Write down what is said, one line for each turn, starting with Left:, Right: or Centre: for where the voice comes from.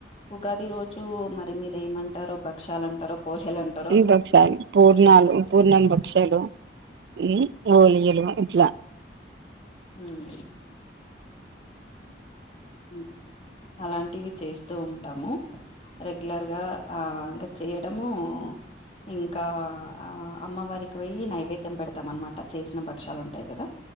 Left: ఉగాది రోజు మరి మీరు ఏమంటారొ, భక్షాలు అంటారొ, పోలేలు అంటారొ,
Right: ఉ బక్షాలు, పూర్ణాలు, పూర్ణం భక్షలు, హ్మ్ హోలీయలు ఇట్లా.
Left: మ్ హు మ్ అలాంటివి చేస్తూ ఉంటాము. రెగ్యులర్ గా ఆ ఇంకా చెయటము ఉ, ఇంకా ఆ అమ్మవారికి వొయి, నైవేద్యం పెడతాం, అనమాట. చేసిన భక్షలు ఉంటాయి కదా.